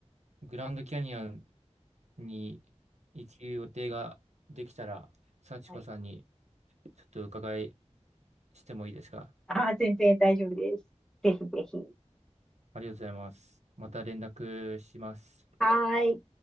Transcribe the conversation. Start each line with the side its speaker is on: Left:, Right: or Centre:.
Right: ーグランドキャニオンに行く予定ができたら、幸子さんに
Centre: はい。
Right: ちょっと伺いしてもいいですか
Centre: あー全然大丈夫です。ぜひぜひ。
Right: ありがとうございます。また連絡します。
Centre: はーい。